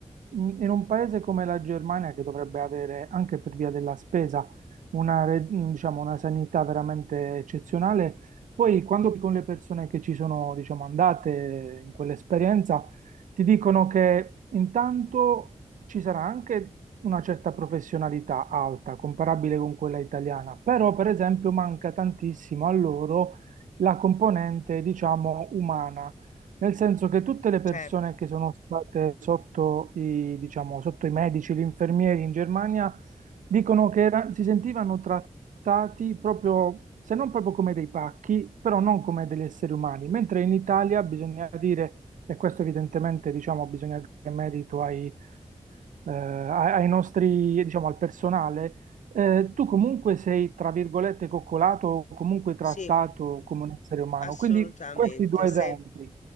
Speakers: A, on the right; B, on the left.
A: in in un paese come la Germania, che dovrebbe avere, anche per via della spesa, una, re- mh, diciamo, una sanità veramente eccezionale. Poi, quando con le persone che ci sono, diciamo, andate in quell'esperienza, ti dicono che intanto ci sarà anche una certa professionalità alta, comparabile con quella italiana, però, per esempio, manca tantissimo a loro la componente, diciamo, umana. Nel senso che tutte le persone
B: certo,
A: che sono state sotto i, diciamo, sotto i medici, gli infermieri in Germania Dicono che era- si sentivano trattati proprio, se non proprio come dei pacchi, però non come degli esseri umani, mentre in Italia bisogna dire, e questo evidentemente diciamo, bisogna dare merito ai, eh, ai- ai nostri, diciamo, al personale, eh, tu comunque sei, tra virgolette, coccolato o comunque trattato
B: sì,
A: come un essere umano.
B: assolutamente.
A: Quindi questi due
B: Se
A: esempi.